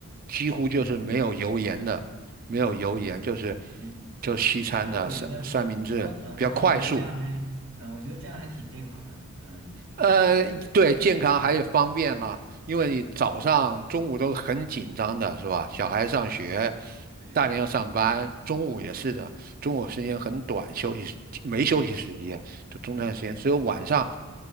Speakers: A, on the right; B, on the right.
A: 几乎就是没有油盐的，
B: 嗯嗯嗯
A: 没有油盐就是
B: 嗯嗯嗯嗯，
A: 就西餐的三三明治比较快速，
B: 哎，那我觉得，那嗯、呃那我觉得这样还，嗯、我觉得这样还挺健康的，嗯，
A: 呃，
B: 对，
A: 对，
B: 就是
A: 健康还有方便啦，
B: 嗯，
A: 因为你早上、
B: 对，
A: 中午都是很紧张的，是吧？小孩上学，
B: 对对对，
A: 大人要上班，中午也是的，中午时间很短，休息时没休息时间，就中餐时间，
B: 嗯嗯
A: 所以晚上